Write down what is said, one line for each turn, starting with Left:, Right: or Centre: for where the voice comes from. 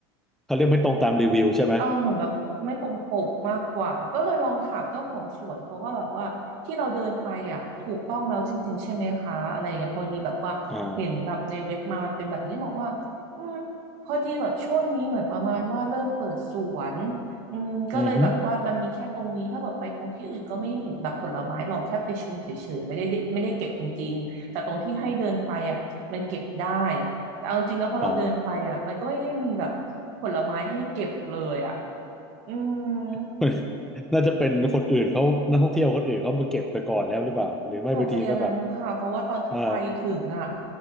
Centre: เขาเรียกไม่ตรงตามรีวิวใช่ไหม
Right: เออเหมือนแบบไม่ตรงปกมากกว่าก็เลยลองถามเจ้าของสวนเขาว่าแบบว่าที่เราเดินไปอ่ะถูกต้องแล้วจริงๆใช่ไหมคะอะไรอย่างเงี้ยพอดีแบบว่าเห็นแบบในเว็บมามันเป็นแบบนี้บอกว่าอืมพอดีแบบช่วงนี้เหมือนประมาณว่าเริ่มเปิดสวน
Centre: อ่า
Right: อืมก็เลยแบบว่ามันมีแค่ตรงนี้ถ้าแบบไปตรงที่อื่นก็ไม่เห็นแบบผลไม้หรอกแค่ไปชมเฉยๆไม่ได้ไม่ได้เก็บจริงๆแต่ตรงที่ให้เดินไปอ่ะมันเก็บได้
Centre: อือฮึ
Right: แต่เอาจริงนะพอเราเดินไปอ่ะมันก็ไม่ได้มีแบบผลไม้ให้เก็บเลยอ่ะ
Centre: อ๋อ
Right: อื
Centre: <laughs>
Right: ม
Centre: น่าจะเป็นคนอื่นเขานักท่องเที่ยวคนอื่นเขามาเก็บไปก่อนแล้วหรือเปล่าหรือไม่บางทีก็แบบ
Right: อาจจะอย่างนั้นค่ะเพราะว่าตอนที่ไปถึงอ่ะ
Centre: เอ่อ